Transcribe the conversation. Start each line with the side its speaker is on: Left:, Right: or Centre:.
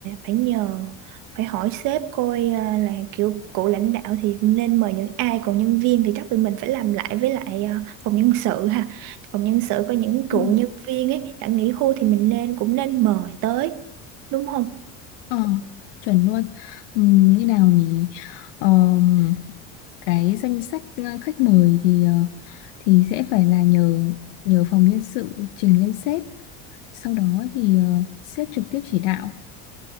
Right: phải nhờ phải hỏi sếp coi ờ, là kiểu cụ lãnh đạo thì nên mời những ai còn nhân viên thì chắc tụi mình phải làm lại với lại ờ, phòng nhân sự ha phòng nhân sự có những cụ
Left: ừm,
Right: nhân viên ấy đã nghỉ hưu thì mình nên cũng nên mời tới đúng không?
Left: Ờ, chuẩn luôn. Ừm, như nào nhỉ? Ờm, cái danh sách ờ, khách mời thì ờ, thì sẽ phải là nhờ nhờ phòng nhân sự trình lên sếp Sau đó thì ờ, sếp trực tiếp chỉ đạo.